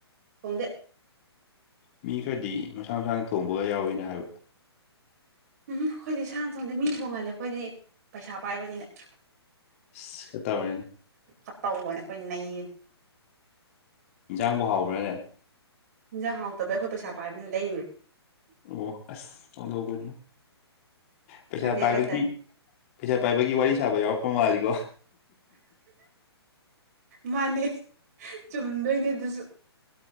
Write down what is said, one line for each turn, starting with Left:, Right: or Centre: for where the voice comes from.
Right: ꯇꯣꯗ
Left: ꯃꯤ ꯈꯔꯗꯤ ꯃꯁꯥ ꯃꯁꯥꯅ ꯊꯣꯡꯕꯒ ꯌꯥꯎꯋꯅ ꯍꯥꯏꯕ
Right: ꯎꯝ ꯑꯩꯈꯣꯏꯗꯤ ꯁꯥꯥꯅ ꯁꯣꯡꯗ ꯃꯤ ꯊꯣꯡꯍꯜꯂꯦ ꯑꯩꯈꯣꯏꯗꯤ ꯄꯩꯁꯥ ꯄꯥꯏꯕꯅꯤꯅꯦ
Left: ꯑ ꯈꯛꯇ ꯑꯣꯏꯅꯤ
Right: ꯐ ꯇꯧꯕꯅꯦ ꯑꯩꯈꯣꯏ ꯅꯩ
Left: ꯏꯟꯖꯥꯡꯕꯨ ꯍꯥꯎꯕ꯭ꯔꯅꯦ
Right: ꯍꯤꯟꯖꯥꯡ ꯍꯥꯎꯇꯕꯩ ꯑꯩꯈꯣꯏ ꯄꯩꯁꯥ ꯄꯥꯏꯗꯅ ꯂꯩꯔꯨꯔꯦ
Left: ꯑꯣ ꯑꯁ ꯑꯣꯟꯊꯣꯛꯧꯕꯅꯤ ꯄꯩꯁꯥ
Right: ꯈꯪꯗꯦ
Left: ꯄꯥꯏꯕꯒꯤ
Right: ꯍꯥꯏꯇꯥꯔꯦ
Left: ꯄꯩꯁꯥ ꯄꯥꯏꯕꯒꯤ ꯋꯥꯔꯤ ꯁꯥꯕ ꯌꯥꯎꯔꯛꯄ ꯃꯥꯜꯂꯤꯀꯣ
Right: ꯃꯥꯅꯦ ꯆꯨꯝꯗꯣꯏꯅꯦ ꯑꯗꯨꯁꯨ